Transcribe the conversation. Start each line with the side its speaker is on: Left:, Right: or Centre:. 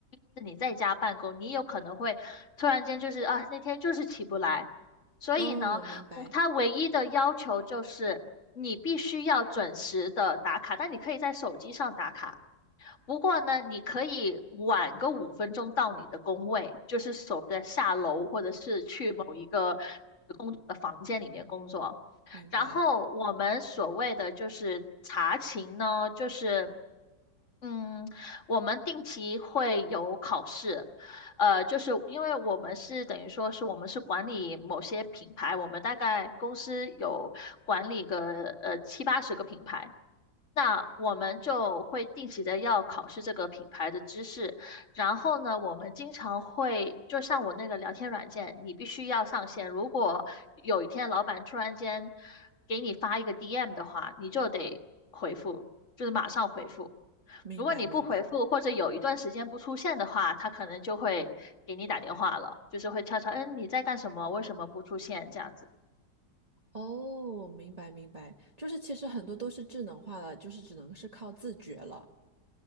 Left: 你在家办公，你有可能会突然间就是啊，那天就是起不来，所以呢，
Right: 嗯，明白，
Left: 我他唯一的要求就是你必须要准时的打卡，但你可以在手机上打卡。不过呢，你可以晚个五分钟到你的工位，就是所谓的下楼或者是去某一个工作的房间里面工作。
Right: 明白，
Left: 然后我们所谓的就是查勤呢，就是。嗯，我们定期会有考试，呃，就是因为我们是等于说是我们是管理某些品牌，我们大概公司有管理个呃七八十个品牌，那我们就会定期的要考试这个品牌的知识，然后呢，我们经常会就像我那个聊天软件，你必须要上线。如果有一天老板突然间给你发一个 DM 的话，你就得回复，就是马上回复。
Right: 明白，
Left: 如果你不回复或者有一段时间不出现的话，
Right: 明白。
Left: 他可能就会给你打电话了，就是会悄悄，嗯，你在干什么？为什么不出现？这样子。
Right: 哦，明白，明白。就是其实很多都是智能化了，就是只能是靠自觉了。